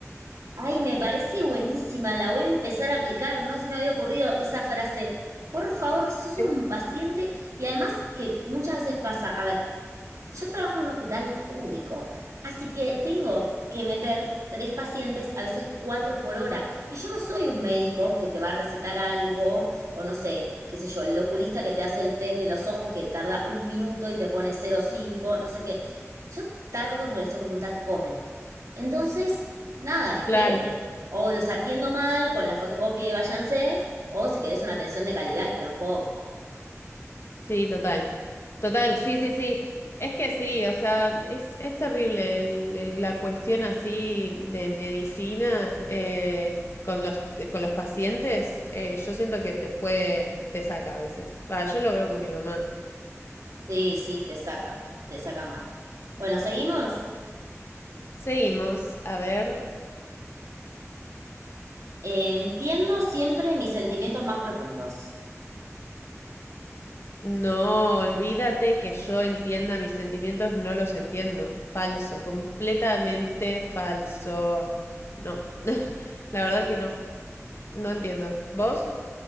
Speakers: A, on the right; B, on the left.
A: Ay, me parece buenísima, la voy a empezar a aplicar, no se me había ocurrido esa frase. Por favor, sos
B: Sí.
A: un paciente y además que muchas veces pasa, a ver, Yo trabajo en un hospital público, así que tengo que meter tres pacientes, a veces cuatro por hora. Y yo no soy un médico que te va a recetar algo, o no sé, qué sé yo, el oculista que te hace el test de los ojos que tarda un minuto y te pone cero coma cinco no sé qué. Yo tardo porque les tengo que preguntar qué comen. Entonces, nada, esperen.
B: Claro,
A: O los atiendo mal con la fotocopia y váyanse, o si querés una atención de calidad, espera un poco.
B: sí, total. Total, sí, sí, sí. Es que sí, o sea, es, es terrible el- el- la cuestión así de medicina eh, con los, con los pacientes. eh, yo siento que te puede, te saca a veces. Va, yo lo veo con mi mamá.
A: Sí, sí, te saca, te saca mal. Bueno, seguimos.
B: Seguimos, a ver.
A: Eh, entiendo siempre mis sentimientos más profundos.
B: No, olvídate que yo entienda mis sentimientos, no los entiendo. Falso, completamente falso. No, <laughs> la verdad que no, no entiendo. ¿Vos?